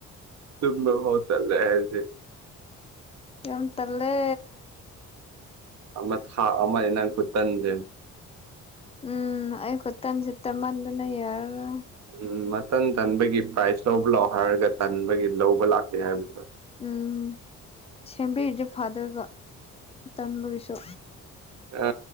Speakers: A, on the right; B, on the left.
A: ꯇꯨꯝꯕꯥꯐꯥꯎ ꯇꯜꯂꯦ ꯑꯩꯗꯤ
B: ꯌꯥꯝ ꯇꯜꯂꯦ
A: ꯑꯃ ꯊꯥ ꯑꯃ ꯅꯪ ꯈꯨꯇꯟꯖꯦ
B: ꯎꯝ ꯑꯩꯈꯨꯇꯟꯁꯤ ꯇꯟꯃꯟꯗꯅ ꯌꯥꯔꯔꯣꯏ
A: ꯎꯝ ꯃꯇꯟꯇꯟꯕꯒꯤ ꯄ꯭ꯔꯥꯏꯖ ꯂꯧꯕ ꯂꯥꯛꯑꯣ ꯍꯥꯏꯔꯒ ꯇꯟꯕꯒꯤ ꯂꯧꯕ ꯂꯥꯛꯇꯦ ꯍꯥꯏꯕꯗꯣ
B: ꯎꯝ ꯁꯦꯝꯕꯤꯔꯤꯗꯤ ꯐꯗꯣꯏꯕ ꯇꯟꯕꯒꯤꯁꯨ
A: ꯑ